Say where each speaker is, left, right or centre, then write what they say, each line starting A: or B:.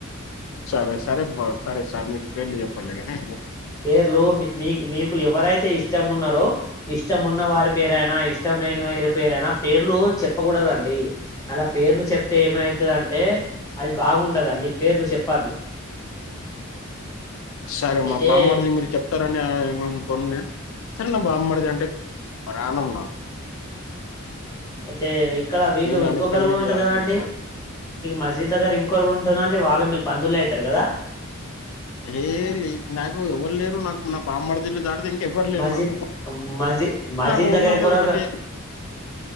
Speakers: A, on the left; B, on the left.
A: సరే సరే సరే సార్ మీకు పేర్లు చెప్పల్లేగానే
B: పేర్లు మీ మీ మీకు ఎవరైతే ఇష్టం ఉన్నారో ఇష్టం ఉన్న వారి పేరైనా ఇష్టం లేని ఇష్టమైన పేరునా పేర్లు చెప్పకూడద అండి అలా పేర్లు చె అది ఏమవుతుందింటే అది బాగుండదండి పేర్లు చెప్పద్దు
A: సరే మా
B: అయితే
A: బామ్మర్దికి మీరు చెప్తారని ఏమే కొను సరే నా బామరీది అంటే ప్రాణం నాకు
B: అయితే ఇక్కడ వీళ్ళు
A: నేను
B: ఇంకొకరు
A: అని పెళ్లి
B: కూడా ఉంటారు
A: చేయాల్సింది
B: కదా అండి
A: సార్
B: మస్జిద్ దగ్గర కొరు కూడా ఉంటారు కదండి వాళ్ళు మీకు బంధవులు అవుతారు కదా
A: ఏ నాకు ఎవరు లేరు నాకు నా బామ్మర్ది లు దా ఇంకెవ్వరు లేరు
B: మస్జిద్
A: నాకు
B: మస్జిద్ మస్జిద్
A: నాకు ఉన్నది
B: దగ్గర కూడా
A: ఒకటి